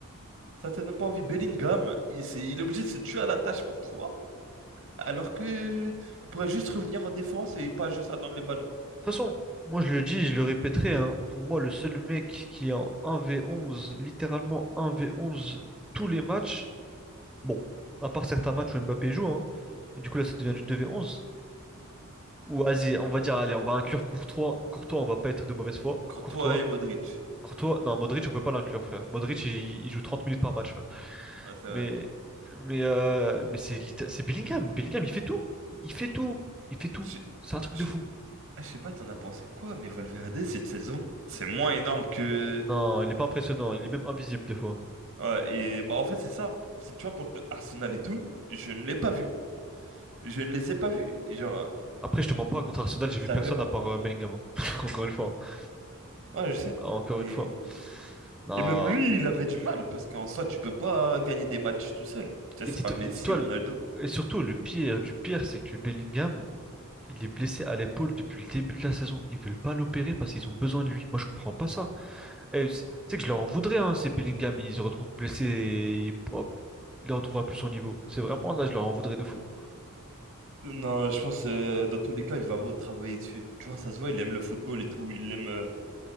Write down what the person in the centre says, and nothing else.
toute façon, moi je le dis, je le répéterai, hein, pour moi le seul mec qui est en 1v11, littéralement 1v11 tous les matchs, bon, à part certains matchs où Mbappé joue, hein, et du coup là ça devient du 2v11, ou vas-y, on va dire, allez, on va inclure Courtois, Courtois, on va pas être de mauvaise foi,
Courtois,
Courtois, non, Modric on peut pas l'inclure, frère, Modric il, il joue 30 minutes par match, frère,
mais,
mais, euh, mais c'est litt- c'est Bellingham, Bellingham il fait tout, il fait
tout, il fait tout,
c'est un truc
de
fou.
Non, il est pas impressionnant, il est même invisible des fois.
Après, je te mens pas, contre Arsenal, j'ai
vu
personne
à part euh, Bellingham. hein. <laughs> Encore une fois. hein.
Encore
une fois. Non.
Et
dis-toi,
et dis-toi,
le-
et surtout, le pire du pire, c'est que Bellingham, il est blessé à l'épaule depuis le début de la saison. Ils veulent pas l'opérer parce qu'ils ont besoin de lui. Moi, je comprends pas ça. Et c- tu sais que je leur en voudrais, hein, si Bellingham, il se retrouve blessé et il pourra... il ne retrouvera plus son niveau. C'est vraiment là, je leur en voudrais de fou.